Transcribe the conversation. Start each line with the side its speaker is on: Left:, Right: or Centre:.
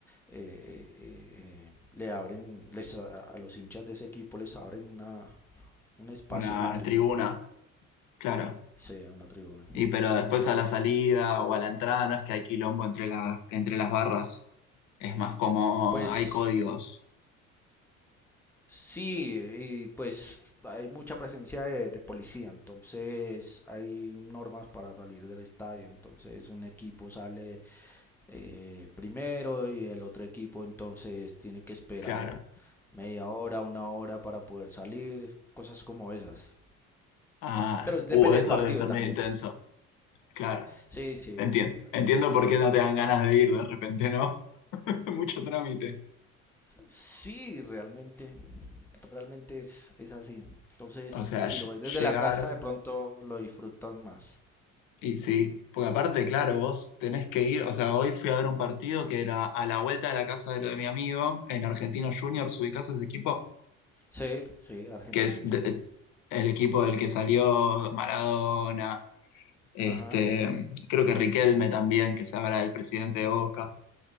Centre: eh, eh, eh, eh, le abren, les, a a los hinchas de ese equipo les abren una, un espacio
Left: una
Centre: en la tribuna.
Left: tribuna, claro.
Centre: Sí, una tribuna.
Left: Y pero después a la salida o a la entrada no es que hay quilombo entre las, entre las barras. Es más como
Centre: Pues
Left: hay códigos,
Centre: sí, y pues hay mucha presencia de, de policía, entonces hay normas para salir del estadio, entonces un equipo sale eh, primero y el otro equipo entonces tiene que esperar
Left: claro.
Centre: media hora, una hora para poder salir, cosas como esas.
Left: Ah,
Centre: Pero
Left: uh,
Centre: depende
Left: eso
Centre: del partido
Left: debe ser
Centre: también.
Left: medio intenso, claro.
Centre: Sí, sí,
Left: Entiendo.
Centre: sí.
Left: Entiendo por qué no te dan ganas de ir de repente, ¿no? <laughs> mucho trámite.
Centre: Sí, realmente, realmente es, es así. Entonces,
Left: O sea,
Centre: si
Left: ll-
Centre: lo ves desde
Left: llegar
Centre: la casa, de pronto lo disfrutas más.
Left: y sí, porque aparte, claro, vos tenés que ir, o sea, hoy fui a ver un partido que era a la vuelta de la casa de lo de mi amigo, en Argentinos Juniors, ubicás ese equipo,
Centre: Sí, sí, argentino
Left: que es
Centre: y
Left: de-
Centre: Georgia.
Left: el equipo del que salió Maradona, este,
Centre: Ajá,
Left: creo que Riquelme también, que se habla del presidente de Boca.